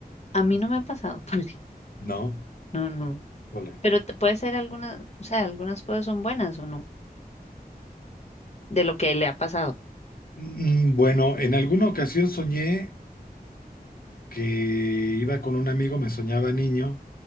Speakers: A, on the left; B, on the left.
A: a mí no me ha pasado, <laughs> pues,
B: ¿no?
A: no, no,
B: Vale.
A: pero te- puede ser alguna, o sea, algunas cosas son buenas o no, de lo que le ha pasado,
B: Mm, Bueno, en alguna ocasión soñé que iba con un amigo, me soñaba niño,